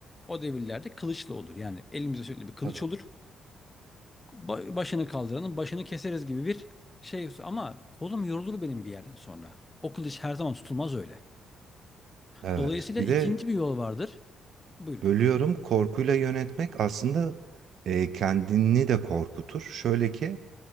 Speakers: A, on the left; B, on the right.
A: o devirlerde kılıçla olur. Yani elimizde sürekli bir kılıç
B: Tabii.
A: olur. Ba- başını kaldıranın başını keseriz gibi bir şey. Ama kolum yorulur benim bir yerden sonra. O kılıç her zaman tutulmaz öyle.
B: Evet.
A: Dolayısıyla
B: Bir
A: ikinci
B: de
A: bir yol vardır. Buyurun.
B: bölüyorum korkuyla yönetmek aslında e, kendini de korkutur. Şöyle ki